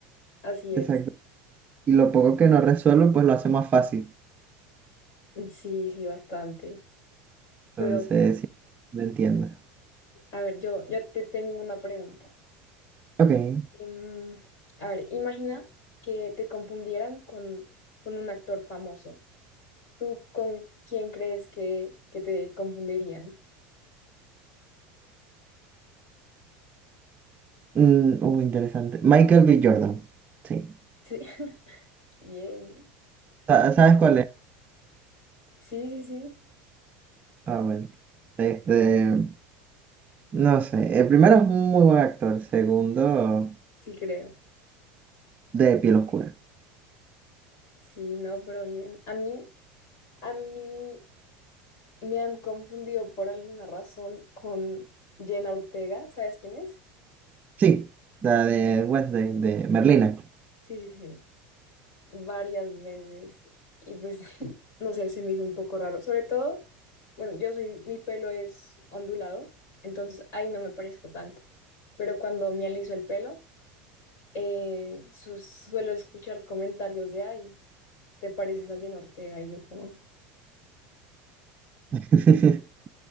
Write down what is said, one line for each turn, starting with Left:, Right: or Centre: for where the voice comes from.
Left: así es.
Right: Exacto. Y lo poco que no resuelve, pues lo hace más fácil.
Left: Sí, sí, bastante. Pero
Right: Entonces,
Left: bueno,
Right: sí, lo entiendo.
Left: a ver, yo, yo te tengo una pregunta.
Right: Ok.
Left: Em, a ver, imagina que te confundieran con, con un actor famoso. ¿Tú con quién crees que, que te confundirían?
Right: Mm, uh, interesante. Michael B. Jordan. Sí.
Left: Sí, <laughs> bien.
Right: Sa-
Left: Y
Right: ¿Sabes cuál es?
Left: sí, sí, sí,
Right: Ah, bueno. Este, no sé. El primero es un muy buen actor. Segundo,
Left: sí creo.
Right: de piel oscura.
Left: Sí, no, pero bien. A mí, a mí me han confundido por alguna razón con Jenna Ortega. ¿Sabes quién es?
Right: Sí, la de Wednesday, de Merlina.
Left: Ajá. Sí, sí, sí. Varias veces. Y pues, <laughs> no sé, se me hizo un poco raro. Sobre todo. Bueno, yo soy, mi pelo es ondulado, entonces ahí no me parezco tanto. Pero cuando me aliso el pelo, eh, su- suelo escuchar comentarios de, ay, ¿te pareces a Jenna Ortega? Y yo como, sí,
Right: <laughs>